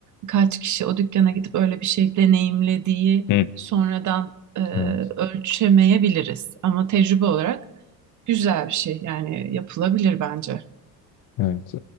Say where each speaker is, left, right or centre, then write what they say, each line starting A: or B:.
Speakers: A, on the right; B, on the left.
A: Kaç kişi o dükkana gidip öyle bir şey deneyimlediği
B: Hı.
A: sonradan e, ölçemeyebiliriz.
B: Evet.
A: Ama tecrübe olarak güzel bir şey yani yapılabilir bence.
B: Evet.